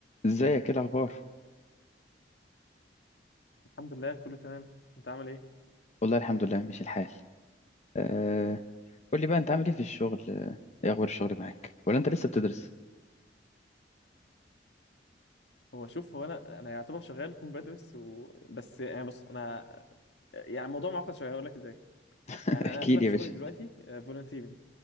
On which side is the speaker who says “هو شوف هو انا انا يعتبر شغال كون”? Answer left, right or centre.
Left